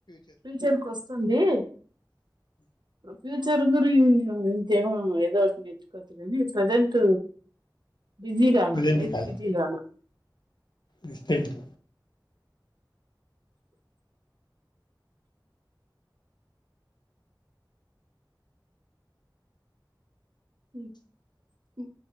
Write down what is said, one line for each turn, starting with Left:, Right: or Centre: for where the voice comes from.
Right: ఫ్యూచర్ కి వస్తుంది ఫ్యూ మరి ఇంకేమన్న ఏదో ఓకటి తెచ్చుకోవచ్చు కానీ ప్రజెంట్ బిజీ గావల్ల
Left: ప్రజెంట్
Right: లైప్
Left: కాదు
Right: బిజీ కావల్ల
Left: డిస్టెంట్.
Right: హ్మ్